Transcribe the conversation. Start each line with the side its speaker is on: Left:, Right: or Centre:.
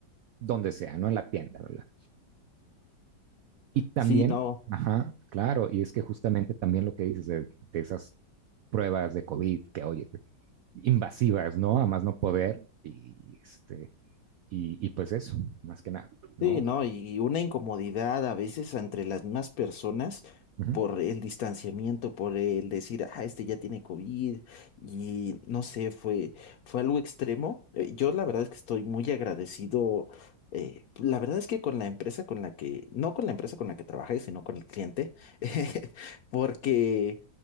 Right: donde sea, no en la tienda, ¿verdad? Y también,
Left: sí, no.
Right: ajá, claro, y es que justamente también lo que dices de, de esas pruebas de COVID que, oye, invasivas, ¿no? A más no poder, y este, Y, y pues eso, más que nada, ¿no?
Left: Sí,
Right: O
Left: ¿no?
Right: sea,
Left: Y una incomodidad a veces entre las mismas personas
Right: Ujú,
Left: por el distanciamiento, por el decir, ah, este ya tiene COVID y no sé, fue, fue algo extremo. Eh, Yo la verdad es que estoy muy agradecido. eh, la verdad es que con la empresa con la que, no con la empresa con la que trabajé, sino con el cliente, <laughs> porque